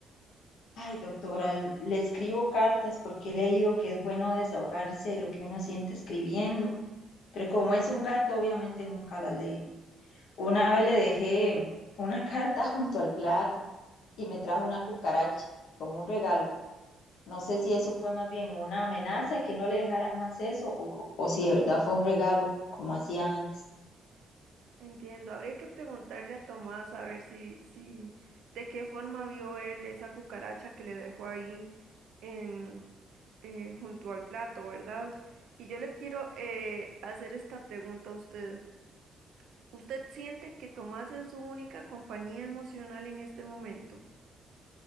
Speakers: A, on the left; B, on the right.
A: Ay, doctora, l- le escribo cartas porque he leído que es bueno desahogarse de lo que uno siente escribiendo, pero como es un gato, obviamente nunca la lee. Una vez le dejé una carta <laughs> junto al plato y me trajo una cucaracha como un regalo. No sé si eso fue más bien una amenaza que no le dejara más eso o, o si de verdad fue un regalo, como hacía antes.
B: Entiendo, habría que preguntarle a Tomás a ver si, si, de qué forma vio él esa cucaracha que le dejó ahí en, eh, junto al plato, ¿verdad? Y yo le quiero eh, hacer esta pregunta a usted. ¿Usted siente que Tomás es su única compañía emocional en este momento?